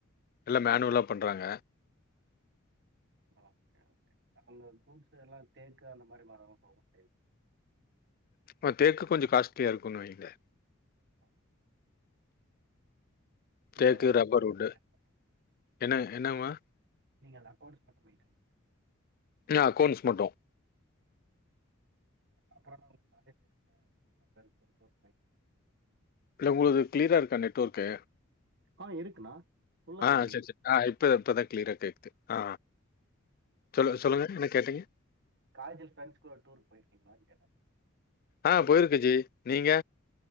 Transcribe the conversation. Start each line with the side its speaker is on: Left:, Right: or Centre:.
Left: எல்லா மேனுவலா பண்றாங்க
Right: ஒகே ஒகே அவுங்க குட்ஸ் எல்லா தேக்கு அந்த மாரி மர <unintelligible>
Left: அ தேக்கு கொஞ்சோ காஸ்ட்லியா இருக்குன் வைங்ளே
Right: அ
Left: தேக்கு
Right: அத அக்கவுண்ட்ஸ்
Left: ரப்பர்
Right: மட்டும்
Left: உட்டு
Right: மெயின்டெயின்
Left: என்ன என்னங்ம்மா
Right: நீங்கள் அக்கெளசண்ட்ஸ் பாத்து மெய்ன்டன்
Left: நா ஆக்கெளசண்ட்ஸ் மட்டு
Right: அப்றோணா உங்க காலேஜ் லைப்ல <inaudible>
Left: இல்ல உங்களுக்கு க்ளிரா இருக்க நெட்வொர்க்கு
Right: ஆ இருக்குணா ஃபுல்லா
Left: ஆ
Right: கெடைக்குது
Left: சரி, சரி. ஆ இப்ப இப்பதா க்ளிரா கேக்குது ஆ சொல்லுங்க சொல்லுங்க என்ன கேட்டீங்க
Right: காலேஜ்ல ஃப்ரெண்ட்ஸ் கூட டூர் போயிர்க்கிங்ளான் கேட்டே
Left: அ போய்ர்க்க ஜி நிங்க